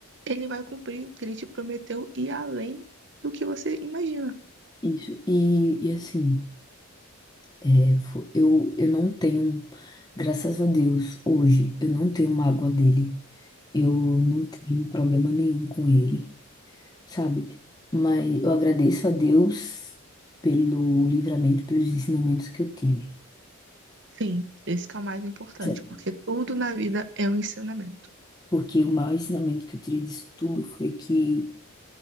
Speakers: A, on the right; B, on the left.
A: ele vai cumprir o que ele te prometeu e além do que você imagina.
B: Isso. E, e assim, é, fo- eu, eu não tenho, graças a Deus, hoje, eu não tenho mágoa dele. Eu não tenho problema nenhum com ele, sabe? Mas eu agradeço a Deus pelo livramento, pelos ensinamentos que eu tive.
A: Enfim, esse que é o mais importante,
B: Sério.
A: porque tudo na vida é um ensinamento.
B: Porque o maior ensinamento que eu tirei disso tudo foi que